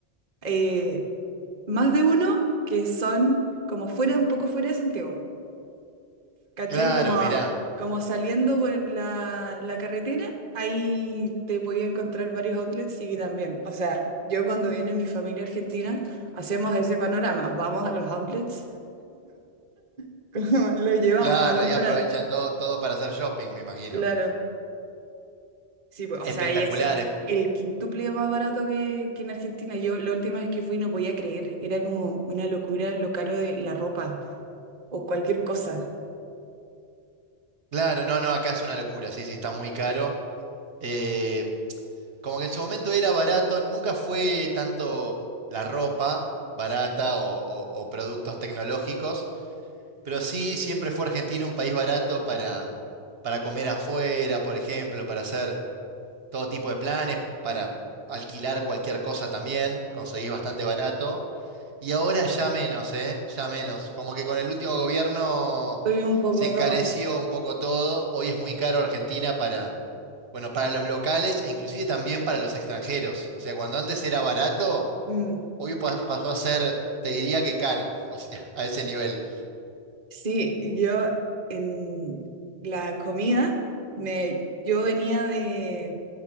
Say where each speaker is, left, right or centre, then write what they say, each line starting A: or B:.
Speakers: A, on the right; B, on the right.
A: eh, más de uno que son como fuera, un poco fuera de Santiago, ¿cachai?
B: claro,
A: Como,
B: mirá.
A: como saliendo por la, la carretera, ahí te podía encontrar varios outlets y también, o sea, yo cuando viene mi familia argentina, hacemos ese panorama, vamos a los outlets, <laughs> como los llevamos
B: Claro,
A: a comprar,
B: ahí aprovechan todo, todo para hacer shopping, me imagino.
A: claro. Sí, pues,
B: Espectaculares.
A: o sea, ahí es el quintuple más barato que, que en Argentina. Yo la última vez que fui no podía creer, era como una locura lo caro de la ropa o cualquier cosa.
B: Claro, no, no, acá es una locura, sí, sí, está muy caro. Eh, como que en su momento era barato, nunca fue tanto la ropa barata o, o- o productos tecnológicos, pero sí siempre fue Argentina un país barato para, para comer afuera, por ejemplo, para hacer todo tipo de planes, para alquilar cualquier cosa también, conseguís bastante barato. Y ahora ya menos, ¿eh? Ya menos. Como que con el último gobierno
A: Soy un poco
B: se encareció
A: todo.
B: un poco todo. Hoy es muy caro Argentina para, bueno, para los locales e inclusive también para los extranjeros. O sea, cuando antes era barato,
A: Mm,
B: hoy pa- pasó a ser, te diría que caro. <laughs> O sea, a ese nivel.
A: sí, yo en la comida, me, yo venía de,